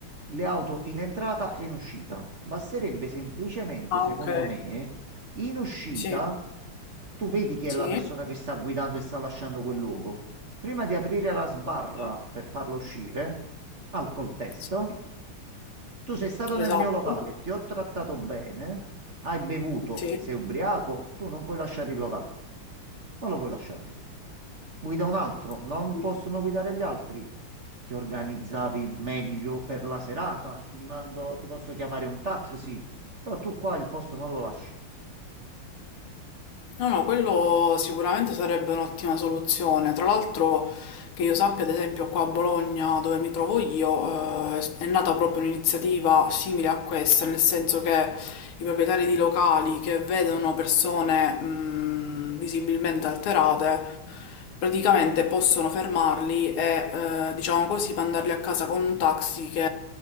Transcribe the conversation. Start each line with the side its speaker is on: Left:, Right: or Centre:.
Right: le auto in entrata e in uscita. Basterebbe semplicemente,
Left: Ah,
Right: secondo
Left: ok.
Right: me, in uscita
Left: Sì,
Right: tu vedi chi è
Left: sì,
Right: la persona che sta guidando e sta lasciando quel luogo. Prima di aprire la sbarra
Left: sì.
Right: per farlo uscire, alcol test,
Left: sì.
Right: tu sei stato
Left: Esatto.
Right: nel mio locale, ti ho trattato bene, hai bevuto,
Left: Sì.
Right: sei ubriaco, tu non puoi lasciare il locale, non lo puoi lasciare. Guida un altro, non
Left: Sì.
Right: possono guidare gli altri. Ti organizzavi meglio per la serata, ti mando, ti posso chiamare un taxi, però tu qua il posto non lo lasci.
Left: No, no, quello sicuramente sarebbe un'ottima soluzione. Tra l'altro, che io sappia, ad esempio, qua a Bologna, dove mi trovo io, eh, è nata proprio un'iniziativa simile a questa, nel senso che i proprietari di locali che vedono persone, mh, visibilmente alterate, praticamente possono fermarli e, eh, diciamo così, mandarli a casa con un taxi che,